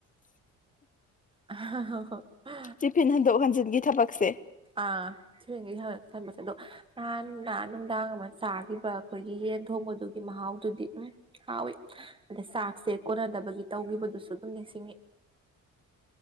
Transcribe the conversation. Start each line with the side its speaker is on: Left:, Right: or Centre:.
Right: <unintelligible>
Left: ꯇꯤꯐꯤꯟ ꯍꯟꯗꯣꯛ ꯍꯟꯖꯤꯟꯒꯤ ꯊꯕꯛꯁꯦ
Right: ꯑ ꯊꯤꯔꯦꯡꯒꯩ ꯍꯟ-ꯍꯟꯕꯁ‌ꯦ ꯑꯗꯣ ꯅꯍꯥꯟꯅ ꯅꯨꯃꯤꯗꯥꯡ ꯑꯃ ꯆꯥꯈꯤꯕ ꯑꯩꯈꯣꯏꯒꯤ ꯌꯦꯟ ꯊꯣꯡꯕꯗꯨꯒꯤ ꯃꯍꯥꯎꯗꯨꯗꯤ ꯎꯝ ꯍꯥꯎꯋꯤ ꯑꯗꯩ ꯆꯥꯛꯁꯦ ꯀꯣꯟꯅꯗꯕꯒꯤ ꯇꯧꯈꯤꯕꯗꯨꯁꯨ ꯑꯗꯨꯝ ꯅꯤꯡꯁꯤꯡꯉꯤ